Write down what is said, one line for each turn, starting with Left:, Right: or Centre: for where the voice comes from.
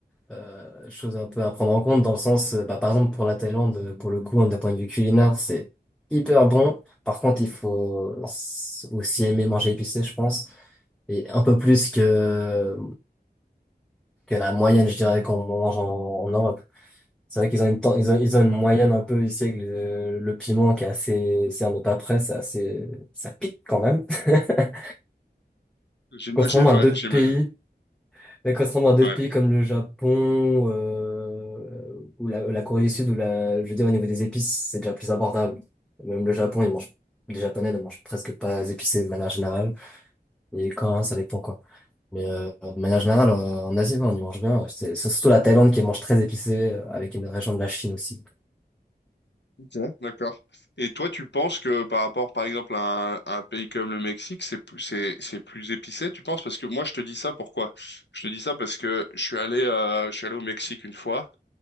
Centre: euh, chose un peu à prendre en compte dans le sens, euh, bah, par exemple, pour la Thaïlande, euh, pour le coup, hein, d'un point de vue culinaire, c'est hyper bon. Par contre, il faut s- aussi aimer manger épicé, je pense, et un peu plus que, que la moyenne, je dirais, qu'on mange en, en Europe. C'est vrai qu'ils ont une, ten- ils ont, ils ont une moyenne un peu ici, avec le, le piment qui est assez, si on n'est pas prêt, c'est assez, ça pique quand même. <laughs>
Left: j'imagine
Centre: Contrairement
Left: ouais
Centre: à d'autres
Left: <laughs> j'imagine
Centre: pays Mais contrairement à d'autres
Left: ouais
Centre: pays comme le Japon euh, ou la, la Corée du Sud, où la, je veux dire, au niveau des épices, c'est déjà plus abordable. Même le Japon, ils mangent, les Japonais ne mangent presque pas épicé de manière générale. Et les Coréens, ça dépend quoi. Mais euh, de manière générale, euh, en Asie, ouais, on y mange bien. C'est c'est surtout la Thaïlande qui mange très épicé, euh, avec une région de la Chine aussi.
Left: Ok, d'accord. Et toi, tu penses que par rapport, par exemple, à un, à un pays comme le Mexique, c'est plus, c'est, c'est plus épicé, tu penses? Parce que moi, je te dis ça pourquoi? Je te dis ça parce que je suis allé, euh, je suis allé au Mexique une fois